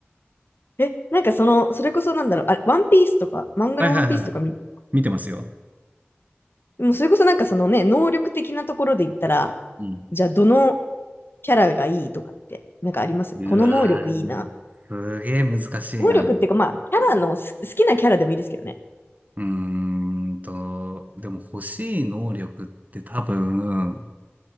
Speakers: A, on the left (about 60°); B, on the right (about 40°).
A: え、なんかその、それこそなんだろう、あれ、ワンピースとか、漫画のワンピースとか見て、
B: はいはいはい。見てますよ。
A: もうそれこそなんかそのね、能力的なところで言ったら、
B: うん。
A: じゃあどのキャラがいいとかって、なんかありますこの能力いいな。
B: うわー、すげえ難しいな。
A: 能力っていうか、まあ、キャラのす好きなキャラでもいいですけどね。
B: うーんと、でも欲しい能力って多分、